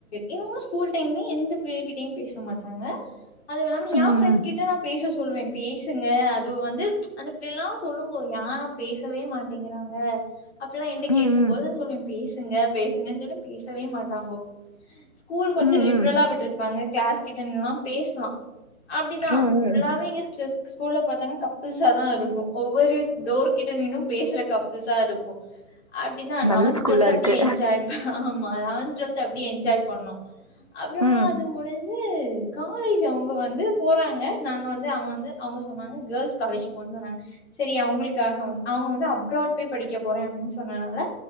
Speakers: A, on the left (about 45°); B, on the left (about 25°).
A: இவ்ங்களு ஸ்கூல் டைம்ல எந்த பிள்ளை கிட்டயு பேச மாட்டாங்க அதுவுல்லாம
B: ம் ம்
A: எ ஃப்ரெண்ட்ஸ் கிட்ட நா பேச சொல்லுவே பேசுங்க அது வந்து அந்த பிள்ளைல்லா சொல்லுங்கோ யா பேசவே மாட்டேங்கிறாங்க அப்புல்லா என்ட்ட கேக்கும்
B: ம்
A: போது நா சொல்லுவே பேசுங்க பேசுங்கன் சொல்லுவ பேசவே மாட்டாங்கோ ஸ்கூல் கொஞ்சோ
B: ம்
A: லிப்ரலா
B: ம்
A: விட்ருப்பாங்க க்ளாஸ் கிட்ட நின்னுல்லா பேசலா அப்டிதா
B: ம்
A: ஃபுல்லாவே நியூ ஸ்கூல்ல பாத்தாங்கனா கப்புள்ஸா தா இருக்கும் ஒவ்வொரு டோர் கிட்ட நின்னும் பேசுற கப்புள்ஸா இருக்கும் அப்டிதா லெவன்த்
B: நல்ல ஸ்கூலா
A: டுவெல்த் அப்டியே
B: இருக்கு
A: எஞ்ஜாய் பண்ணு ஆமா லெவன்த் டுவெல்த் அப்டி என்ஜாய் பண்ணு அப்பறமா
B: ம்
A: அது முடிஞ்சு காலேஜ் அவங்க வந்து போறாங்க நாங்க வந்து அவ வந்து அவங்க சொன்னாங்க கேர்ள்ஸ் காலேஜ் போனு சொன்னாங்க சரி அவங்களுக்காக வந் அவங்க வந்து அப்ராட் போய் படிக்க போறே அப்டின்னு சொன்னனால